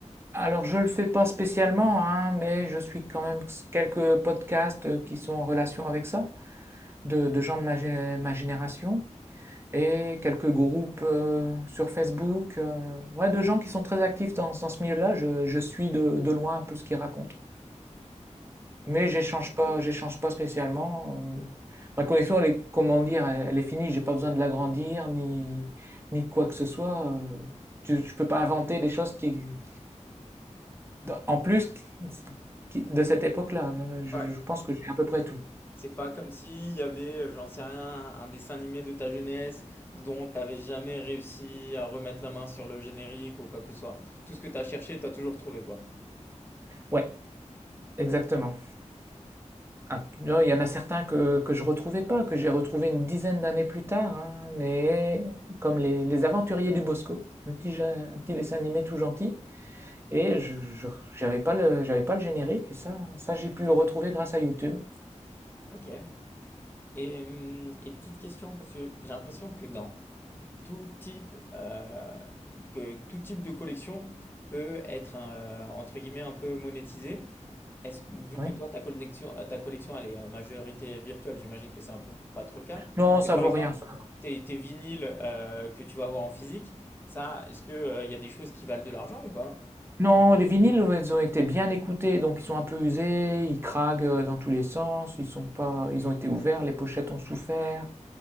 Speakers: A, on the right; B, on the left.
A: Alors je le fais pas spécialement, hein, mais je suis quand même quelques podcasts qui sont en relation avec ça, de, de gens de ma gé- ma génération. et quelques groupes euh, sur Facebook, euh, ouais, de gens qui sont très actifs dans, dans ce milieu-là. Je, je suis de, de loin un peu ce qu'ils racontent.
B: Ok.
A: Mais j'échange pas, j'échange pas spécialement. Euh, ma connexion, elle est, comment dire, elle, elle est finie. J'ai pas besoin de l'agrandir ni, ni de quoi que ce soit. Euh, tu- je peux pas inventer des choses qui, en plus, qui- de cette époque-là. Je,
B: Ouais.
A: je pense que j'ai à peu près tout.
B: C'est pas comme s'il y avait, euh, j'en sais rien, un dessin animé de ta jeunesse dont t'avais jamais réussi à remettre la main sur le générique ou quoi que ce soit. Tout ce que t'as cherché, t'as toujours trouvé, quoi.
A: Ouais, exactement. Ah, non, il y en a certains que, que je retrouvais pas, que j'ai retrouvé une dizaine d'années plus tard, hein, mais comme les, les Aventuriers du Bosco, un petit, ja- un petit dessin animé tout gentil, et je, je- j'avais pas le, j'avais pas le générique, et ça, ça j'ai pu le retrouver grâce à YouTube.
B: Ok. Et, hum, et petite question, parce que j'ai l'impression que dans tout type, euh, que tout type de collection peut être, euh, entre guillemets, un peu monétisé. Est-ce vu
A: Oui.
B: que toi, ta connexion euh, ta collection, elle est en majorité virtuelle, j'imagine que c'est un peu pas trop le cas.
A: Non, ça
B: Mais par
A: vaut
B: exemple,
A: rien. ça.
B: tes, tes vinyles euh, que tu vas avoir en physique, ça, est-ce que, euh, il y a des choses qui valent de l'argent ou pas?
A: Non, les vinyles, ouais, ils ont été bien écoutés, donc ils sont un peu usés, ils craquent euh, dans tous les sens, ils sont pas, ils ont été ouverts, les pochettes ont souffert.